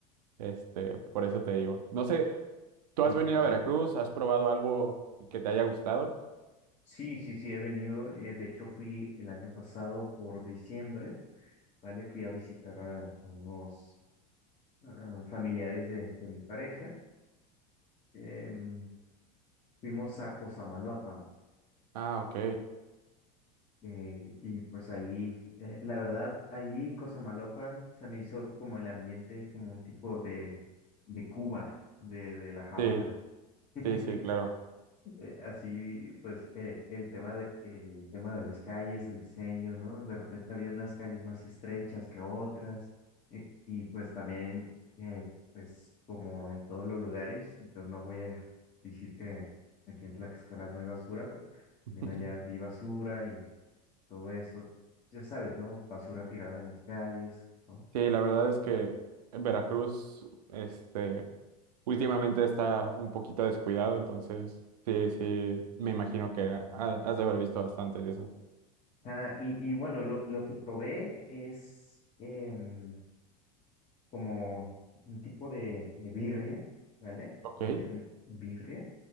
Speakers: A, on the right (about 75°); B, on the left (about 35°).
A: Este, por eso te digo. No sé, ¿tú
B: interesante.
A: has venido a Veracruz? ¿Has probado algo que te haya gustado?
B: Sí, sí, sí, he venido. eh, de hecho, fui el año pasado por diciembre. ¿vale? Fui a visitar a, a unos ah, familiares de, de mi pareja. Em, fuimos a Cosamaloapan.
A: Ah, ok.
B: eh, y pues ahí, eh, la verdad, ahí Cosamaloapan se me hizo como el ambiente, como un tipo de, de Cuba, de, de La Habana.
A: Sí,
B: <laughs>
A: sí, sí, claro.
B: eh, así, pues, eh, el tema de, el tema de las calles, el diseño, ¿no? De repente había unas calles más estrechas que otras. eh, y pues también, eh, pues, como en todos los lugares, yo no voy a decir que aquí en Tlaxcala no hay basura, pero también
A: <laughs>
B: allá vi basura y todo eso. Ya sabes, ¿no? Basura tirada en las calles, ¿no?
A: Sí, la verdad es que Veracruz, este, últimamente está un poquito descuidado, entonces sí, sí, me imagino que ha- has de haber visto bastante de eso.
B: Ah, y, y bueno, lo, lo que probé es... em, como un tipo de, de birria, ¿vale?
A: Ok,
B: Vendían birria.